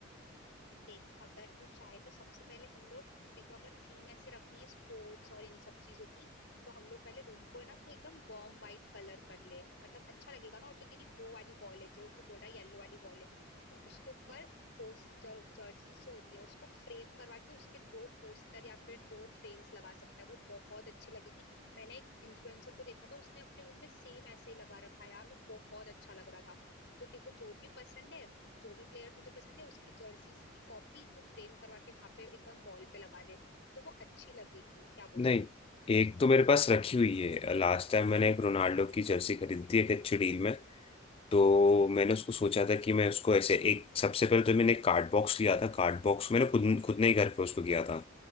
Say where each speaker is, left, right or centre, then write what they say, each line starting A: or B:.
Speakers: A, on the left; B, on the left.
A: देख अगर तू चाहे तो सबसे पहले हम लोग देखो अगर थीम ऐसे रखनी है स्पोर्ट्स और इन सब चीजों की तो हम लोग पहले रूम को है ना तो एकदम वार्म व्हाइट कलर कर ले मतलब अच्छा लगेगा ना और जो तेरी वो वाली वॉल है जो तू बोल रहा है येलो वाली वॉल है तो उसके ऊपर पोस्ट जर्सी जो होती है उसको फ्रेम करवा के उसके दो पोस्टर या फिर दो फ्रेम्स लगा सकता है वो बहुत अच्छी लगेगी मैंने एक इन्फ्लुएंसर को देखा था उसने अपने रूम में सेम ऐसे ही लगा रखा है यार वो बहुत अच्छा लग रहा था तो तेरे को जो भी पसंद है जो भी प्लेयर तुझे पसंद है उसकी जर्सीज की कॉपी तू फ्रेम करवा के वहां पे एकदम वॉल पे लगा ले तो वो अच्छी लगेगी क्या बोलता
B: नहीं
A: है
B: एक तो मेरे पास रखी हुई है लास्ट टाइम मैंने एक रोनाल्डो की जर्सी खरीदी थी एक अच्छी डील में तो मैंने उसको सोचा था कि मैं उसको ऐसे एक सबसे पहले तो मैंने एक कार्ड बॉक्स लिया था कार्ड बॉक्स मैंने खुद खुद ने ही घर पे उसको किया था